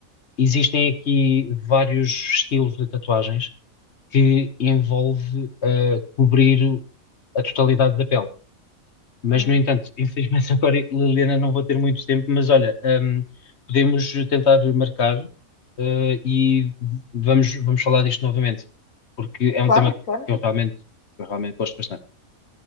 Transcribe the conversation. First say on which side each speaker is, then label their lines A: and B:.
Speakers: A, on the left (about 55°); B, on the left (about 70°).
A: Existem aqui vários estilos de tatuagens que envolve ah, cobrir a totalidade da pele. Mas,
B: Hum,
A: no entanto, <laughs> infelizmente agora, Liliana, não vou ter muito tempo, mas olha, ahm, podemos tentar marcar, ah, e vamos, vamos falar disto novamente, porque é um
B: Claro,
A: tema
B: claro.
A: que eu realmente, que eu realmente gosto bastante.